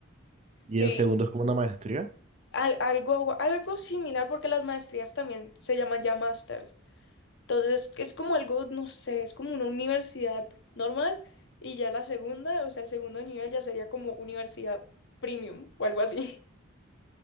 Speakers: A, on the right; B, on the left.
A: y
B: Sí,
A: el segundo es como una maestría. <laughs>
B: al- algo, algo similar porque las maestrías también se llaman ya másters. Entonces es como algo, no sé, es como una universidad normal y ya la segunda, o sea, el segundo nivel ya sería como universidad premium o algo así. <laughs>